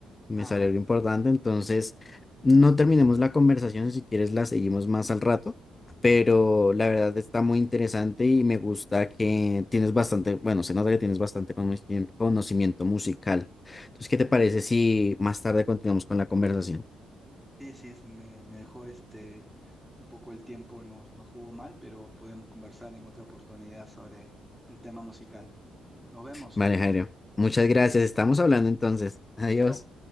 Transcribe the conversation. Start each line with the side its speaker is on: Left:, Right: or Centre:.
Left: me
Centre: Ah,
Left: sale algo importante, entonces no terminemos la conversación, si quieres la seguimos más al rato, pero la verdad está muy interesante y me gusta que tienes bastante, bueno, se nota que tienes bastante conoci- conocimiento musical. Entonces, ¿qué te parece si más tarde continuamos con la conversación?
Centre: Sí, sí, es- me, me dejó este un poco el tiempo, nos, nos jugó mal, pero podemos conversar en otra oportunidad sobre el tema musical. Nos vemos.
Left: Vale, Jairo, muchas gracias, estamos hablando entonces, adiós.
Centre: Chao.